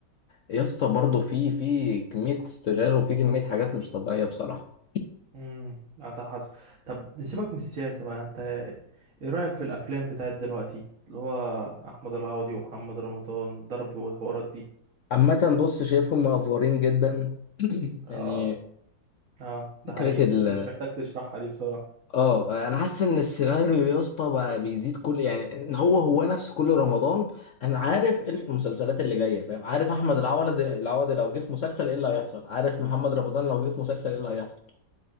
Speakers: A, on the left; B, on the right.
A: يا اسطى برضه في في كمية استغلال وفي كمية حاجات مش طبيعية بصراحة
B: امم ده حصل طب نسيبك من السياسه بقى انت ايه رايك في الافلام بتاعت دلوقتي اللي هو احمد العوضي ومحمد رمضان الضرب والحوارات دي
A: عامة بص شايفهم مأفورين جدا <clears throat>
B: اه
A: يعني
B: اه ده
A: فكرة
B: حقيقه
A: ال
B: انت مش محتاج تشرحها دي بصراحه
A: اه انا حاسس ان السيناريو يا اسطى بقى بيزيد كل يعني ان هو هو نفس كل رمضان انا عارف إيه المسلسلات اللي جاية فاهم عارف احمد العوض العوضي لو جه في مسلسل ايه اللي هيحصل عارف محمد رمضان لو جه في مسلسل ايه اللي هيحصل